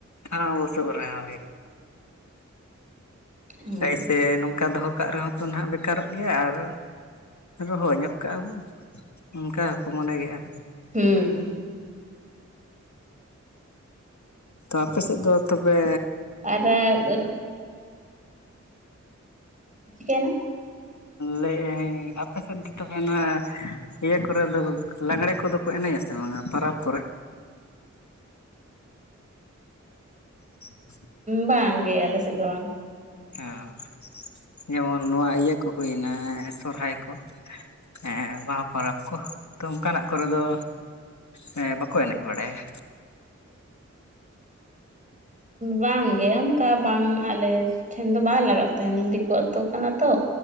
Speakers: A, on the left; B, on the right.
A: ᱦᱮᱸ ᱵᱩᱥᱩ ᱨᱮ ᱦᱚᱸ ᱦᱳᱭᱳᱜ-ᱟ᱾
B: ᱦᱩᱸ
A: ᱠᱟᱭ ᱥᱮ ᱱᱚᱝᱠᱟ ᱫᱚᱦᱚ ᱠᱟᱜ ᱨᱮ ᱦᱚᱸ ᱛᱚ ᱱᱟᱸᱜ ᱵᱮᱠᱟᱨᱚᱜ ᱜᱮᱭᱟ᱾ ᱟᱨ ᱨᱚᱦᱚᱭ ᱧᱚᱜ ᱠᱟᱜ-ᱟ ᱵᱚᱱ ᱚᱱᱠᱟ ᱦᱚᱸ ᱠᱚ ᱢᱚᱱᱮ ᱜᱮᱭᱟ᱾
B: ᱦᱩᱸ᱾
A: ᱛᱚ ᱟᱯᱮ ᱥᱮᱫ ᱫᱚ ᱛᱚᱵᱮ
B: ᱟᱨᱟ ᱟᱨᱩᱜ ᱪᱤᱠᱟᱭᱱᱟ?
A: ᱞᱟᱹᱭᱮᱜ ᱟᱧ ᱟᱯᱮ ᱥᱮᱫ ᱫᱚ ᱛᱚᱵᱮ ᱱᱚᱣᱟ ᱤᱭᱟᱹ ᱠᱚᱨᱮ ᱫᱚ ᱞᱟᱸᱜᱽᱲᱮ ᱠᱚᱫᱚ ᱠᱚ ᱮᱱᱮᱡ ᱟ ᱥᱮ ᱵᱟᱝᱟ ᱯᱟᱨᱟᱽ ᱠᱚᱨᱮ? <inaudible>
B: ᱵᱟᱝ ᱜᱮ ᱟᱞᱮ ᱥᱮᱜ ᱫᱚ ᱵᱟᱝ᱾
A: ᱦᱮᱸ ᱡᱮᱢᱚᱱ ᱱᱚᱣᱟ ᱤᱭᱟᱹ ᱠᱚ ᱦᱩᱭᱱᱟ ᱥᱚᱨᱦᱟᱭ ᱠᱚ᱾ ᱦᱮᱸ ᱵᱟᱦᱟ ᱯᱟᱨᱟᱵᱽ ᱠᱚ ᱛᱚ ᱚᱝᱠᱟᱱᱟᱜ ᱠᱚᱨᱮ ᱫᱚ ᱦᱮᱸ ᱵᱟᱠᱚ ᱮᱱᱮᱡ ᱵᱟᱲᱟᱭᱟ᱾
B: ᱵᱟᱝᱜᱮ ᱚᱱᱠᱟ ᱵᱟᱝ ᱟᱞᱮᱥ ᱴᱷᱮᱱ ᱫᱚ ᱵᱟᱭ ᱞᱟᱜᱟᱣ ᱛᱟᱦᱮᱱ ᱫᱤᱠᱩ ᱟᱛᱳ ᱠᱟᱱᱟ ᱛᱚ,